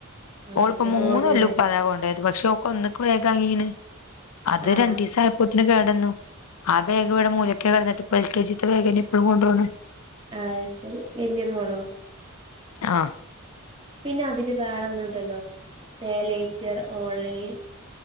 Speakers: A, on the right; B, on the left.
A: ആഹ്
B: ഓള്
A: എന്റെ
B: പ്പൊ മൂന്ന്
A: മോനും
B: കൊല്ലൊം
A: അതന്നെ
B: ഉപ്പാതാ കൊണ്ടയ്ത് പക്ഷെ ഓക്ക് ഒന്ന്ക്ക് ബേക് വാങ്ങീക്ണ് അത്
A: ആഹ്
B: രണ്ടീസം ആയപ്പോത്തിന് കേടന്നു ആ ബേഗ്വടെ മൂല ഒക്ക കടന്നിട്ട് പ്പൊ എൽ കെ ജിത്തെ വേഗന്നെ ഇപ്പഴും കൊണ്ട് പോണ്
A: അത് ശരി വലിയ മോളോ
B: ആഹ്
A: പിന്നെ അതില് വേറെന്നുംണ്ടല്ലോ പേലേറ്റർ ഓൺലൈൻ